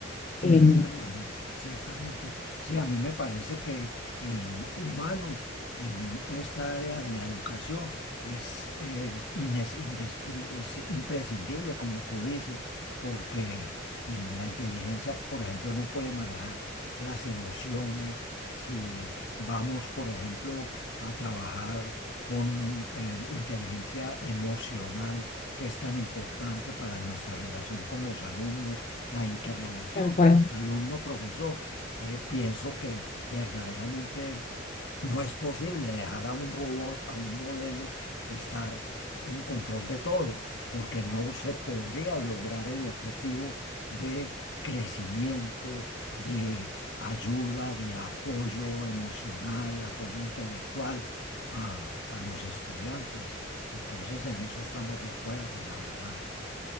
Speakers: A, on the left; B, on the left.
A: Sí,
B: Em,
A: ciertamente, ciertamente. Sí, a mí me parece que el humano en esta área de la educación es, eh, ines- indes- y es imprescindible, como tú dices, porque eh, la inteligencia, por ejemplo, no puede manejar las emociones. Si vamos, por ejemplo, a trabajar con eh, inteligencia emocional, que es tan importante para nuestra relación con los alumnos, la interrelación
B: tal cual.
A: alumno, profesor. Eh, pienso que verdaderamente no es posible dejar a un robot, a un modelo, estar en control de todo, porque no se podría lograr el objetivo de crecimiento, de ayuda, de apoyo emocional, apoyo intelectual a, a los estudiantes. Entonces, en eso estamos de acuerdo, la verdad.